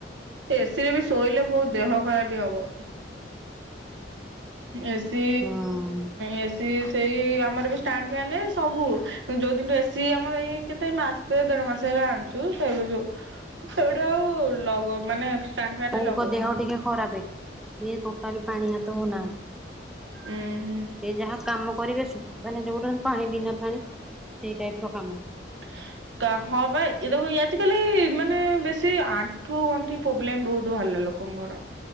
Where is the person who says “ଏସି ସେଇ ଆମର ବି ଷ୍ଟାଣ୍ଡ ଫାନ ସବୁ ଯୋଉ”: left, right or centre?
Right